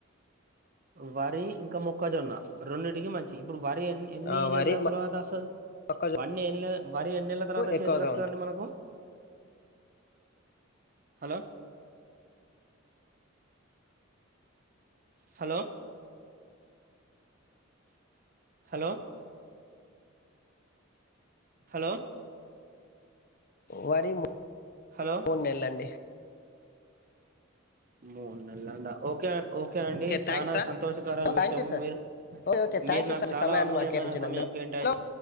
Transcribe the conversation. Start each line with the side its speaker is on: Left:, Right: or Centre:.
Right: వరి ఇంకా మొక్కజొన్న రెండిటికి మంచి వరి ఎన్ని ఎన్ని
Left: ఆ,
Right: నెలల
Left: వరి
Right: తర్వాత వస్తది.
Left: మొక్కజొన్నకు
Right: వని వరి ఎన్ని నెలల తర్వాత
Left: ఎక్కువగా
Right: చేతికి వస్తదండి
Left: ఉంటుంది
Right: మనకు? హలో హలో హలో హలో
Left: వరి మూ
Right: హలో
Left: మూడు నెల్లండి
Right: మూడు నెలలంట ఓకే ఓ ఓకే అండి
Left: థ్యాంక్
Right: చానా
Left: సార్
Right: సంతోషకర విషయము
Left: థ్యాంక్ యూ సార్
Right: మీరు
Left: ఓకే ఓకే థ్యాంక్
Right: మీరు
Left: యూ
Right: నాకు
Left: సార్ మీ
Right: చాలా
Left: సమయాన్ని
Right: అమూల్యమైన
Left: మాకు కేటాయించినందుకు
Right: సమయం కేటాయించా